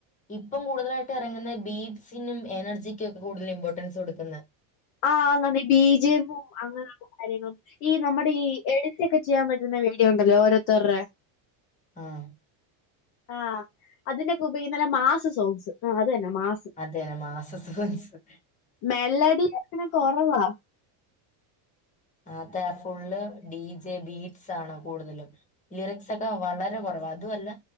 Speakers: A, on the left; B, on the left.
A: ഇപ്പം കൂടുതലായിട്ടും ഇറങ്ങുന്ന ബീഡ്സിനും എനർജിക്കുംക്കെ കൂടുതൽ ഇമ്പോർട്ടൻസ് കൊടുക്കുന്നത്
B: ആഹ് നന്ദ ബീജമ്മും അങ്ങനെയുള്ള കാര്യങ്ങളും ഈ നമ്മുടെ ഈ എടുത്തൊക്കെ ചെയ്യാൻ പറ്റുന്ന വീഡിയോ ഉണ്ടല്ലോ ഓരോത്തരുടെ
A: ആഹ്
B: ആഹ് അതിനൊക്കെ ഉപയോഗിക്കുന്ന മാസ് സോങ്സ് അത് തന്നെ മാസ്
A: അതന മാസ സുഖം സുഖ
B: മെലഡി അങ്ങനെ കൊറവാ
A: ആഹ് ഫുള്ള് ഡി ജെ ബീറ്റ്സ് ആണ് കൂടുതലും ലിറിക്സൊക്കെ വളരെ കുറവ് അതുമല്ല